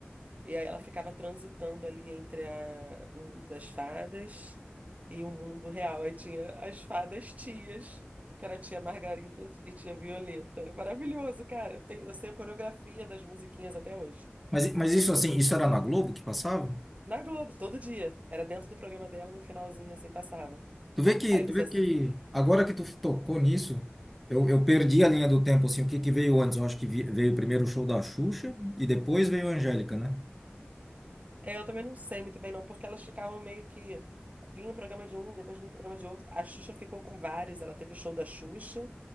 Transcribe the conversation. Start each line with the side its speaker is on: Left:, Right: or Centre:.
Right: E aí ela ficava transitando ali entre a- o mundo das fadas e o mundo real. Aí tinha as fadas tias, que era a tia Margarida e tia Violeta. Era maravilhoso, cara. Eu, tenho- eu sei a coreografia das musiquinhas até hoje.
Centre: Mas, mas isso assim, isso
Right: né?
Centre: era na Globo que passava?
Right: Na Globo, todo dia. Era dentro do programa dela, no finalzinho assim passava.
Centre: Tu vê que,
Right: Aí você
Centre: tu vê que agora que tu tocou nisso, eu, eu perdi a linha do tempo, assim, o que que veio antes? Eu acho que vi- veio primeiro o show da Xuxa e depois veio a Angélica, né?
Right: É, eu também não sei muito bem, não, porque elas ficavam meio que. Vinha um programa de um, depois vinha um programa de outro. A Xuxa ficou com vários, ela teve o show da Xuxa.